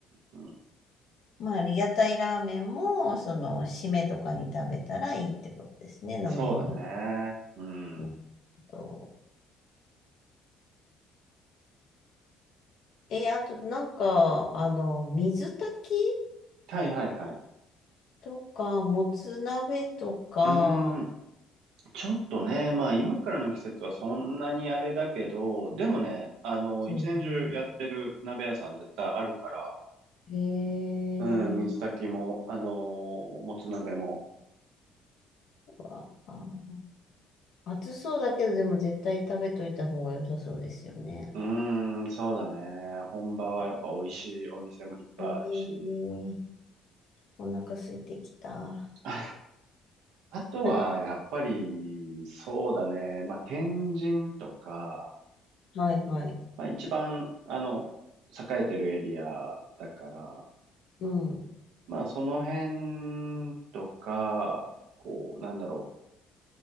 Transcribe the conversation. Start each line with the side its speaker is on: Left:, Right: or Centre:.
Right: うん、うん。
Left: まあ、屋台ラーメンも、その、締めとかに食べたらいいってことですね、
Right: そうだね。
Left: 飲みに。
Right: うん。
Left: なと、え、あとなんか、あの、水炊き
Right: はいはいはい。
Left: とか、もつ鍋とか、
Right: うーん。ちょっとね、まあ今からの季節はそんなにあれだけど、でもね、あの、
Left: ですよね。
Right: 一年中やってる鍋屋さん絶対あるから、
Left: へえ、
Right: うん、水炊きも、あのーもつ鍋も。
Left: わあ暑そうだけど、でも絶対食べといた方が良さそうですよね。
Right: うーん、そうだね。本場はやっぱ美味しいお店もいっぱいあるし。
Left: ええお腹空いてきた。
Right: <laughs> あとは、
Left: <laughs>
Right: やっぱり、そうだね。まあ、天神とか、
Left: はいはい。
Right: まあ、一番、あの、栄えてるエリアだから、
Left: うん。
Right: まあ、その辺とか、こう、なんだろ